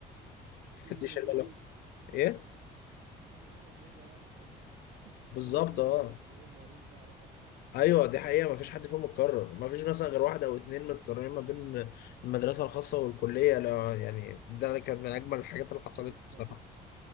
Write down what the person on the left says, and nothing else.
<laughs>
دي شلة
لوحدها. ايه
بالظبط
اه
ايوه دي حقيقة مفيش حد فيهم متكرر مفيش مثلا غير واحد او اتنين متكررين ما بين المدرسة الخاصة والكلية لا يعني ده كانت من اجمل الحاجات اللي حصلت
بصراحة